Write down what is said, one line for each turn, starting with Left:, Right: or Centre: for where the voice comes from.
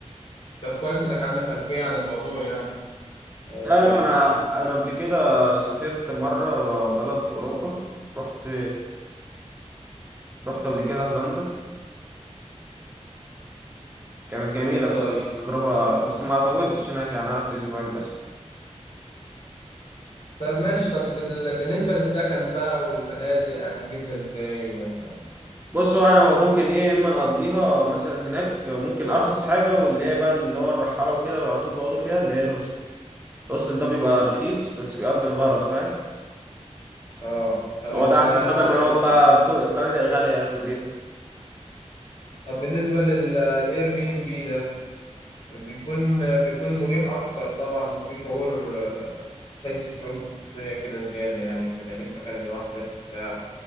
Left: طب كويس إنك عندك خلفية عن الموضوع يعني آه،
Right: لا
Left: ف
Right: لا أنا أنا قبل كده سافرت مرة بلد في أوروبا رحت رحت قبل كده هولندا كانت جميلة الصراحة
Left: طيب
Right: تجربة بس ما طولتش هناك يعني قعدت أسبوعين بس
Left: طب ماشي طب بال- بالنسبة للسكن بقى والفنادق أنا هحجزها إزاي ولا
Right: بص هو أنا ممكن إيه إما نقضيها مثلا هناك ممكن أرخص حاجة واللي هي بقى اللي هو الرحالة وكده على طول بيقعدوا فيها اللي هي الهوستل الهوستل ده بيبقى رخيص بس بيقضي الغرض فاهم
Left: آه طب
Right: هو
Left: ال
Right: ده أحسن بدل ما
Left: ال
Right: نقعد بقى في الفنادق غالية أغلبيتها
Left: طب بالنسبة للإير بي إم بي ده بيكون بيكون مريح أكتر طبعا وفي شعور آه، تحس شعور بالخصوصية كده زيادة يعني بيبقى ليك مكان لوحدك وبتاع